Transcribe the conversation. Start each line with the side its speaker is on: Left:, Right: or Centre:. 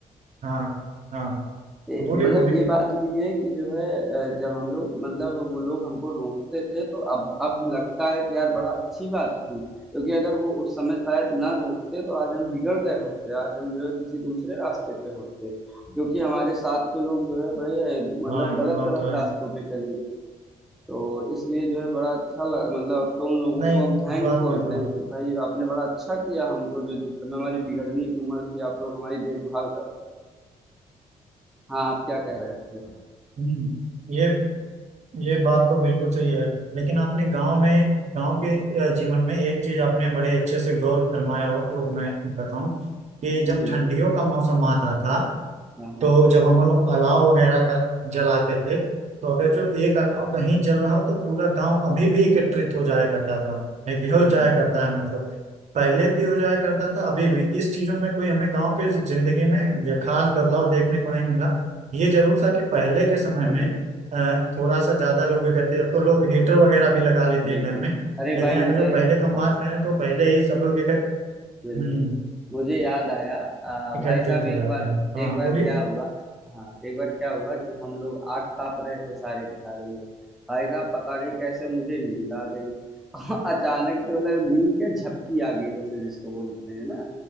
Right: हाँ हाँ
Centre: ए,
Right: बोलिए
Centre: मतलब
Right: बोलिए
Centre: ये बात भी है कि जो है अ, जब हम लोग मतलब वो लोग हमको रोकते थे तो अब अब लगता है कि यार बड़ा अच्छी बात थी क्योंकि अगर वो उस समय शायद ना रोकते तो आज हम बिगड़ गए होते आज हम जो है किसी दूसरे रास्ते पे होते क्योंकि हमारे साथ के लोग जो है बड़े अ, मतलब
Right: हाँ ये
Centre: गलत
Right: बात
Centre: गलत
Right: तो है
Centre: रास्तों पे चले गए तो इसलिए जो है बड़ा अच्छा लग मतलब अब तो उन लोगों
Right: नहीं
Centre: को
Right: इस
Centre: हम थैंक
Right: बात
Centre: बोलते
Right: का तो
Centre: हैं
Right: है।
Centre: कि भाई आपने बड़ा अच्छा किया हमको जो जिस समय हमारी बिगड़ने की उम्र थी आप लोग हमारी देखभाल करते थे। हाँ आप क्या कह रहे थे
Right: हम्म, ये ये बात तो बिल्कुल सही है लेकिन आपने गांव में गांव के अ, जीवन में एक चीज आपने बड़े अच्छे से गौर फरमाया हो तो मैं बताऊं कि जब
Centre: जी
Right: ठंडियों का मौसम आता था
Centre: हाँ हाँ
Right: तो जब हम लोग अलाव वगैरह का जलाते थे तो अगर जो एक अलाव कहीं जल रहा तो पूरा गांव अभी भी एकत्रित हो जाया करता था एक हो
Centre: बिल्कुल
Right: जाया करता है मतलब पहले भी हो जाया करता था अभी भी इस चीजों में कोई हमें गांव के जिंदगी में ये खास बदलाव देखने को नहीं मिला ये जरूर था कि पहले के समय
Centre: अरे
Right: में अ, थोड़ा सा ज्यादा लोग इकट्ठे अब तो लोग हीटर वगैरह भी लगा लेते
Centre: बिल्कुल
Right: हैं घर में
Centre: अरे
Right: लेकिन
Centre: भाई
Right: अगर
Centre: मुझे
Right: जो पहले की हम
Centre: हाँ
Right: बात करें तो पहले ही सब लोग इकट्ठ-
Centre: बिल्कुल।
Right: हम्म,
Centre: मुझे याद आया अ,
Right: एकत्रित
Centre: भाई साहब
Right: हो
Centre: एक
Right: जाते
Centre: बार
Right: हैं हाँ
Centre: एक बार
Right: बोलिए
Centre: क्या हुआ हाँ एक बार क्या हुआ कि हम लोग आग ताप रहे थे सारे के सारे लोग भाई साहब पता नहीं कैसे मुझे नींद आ गई <laughs> और अचानक से मतलब नींद क्या झपकी आ गई जैसे जिसको बोलते हैं ना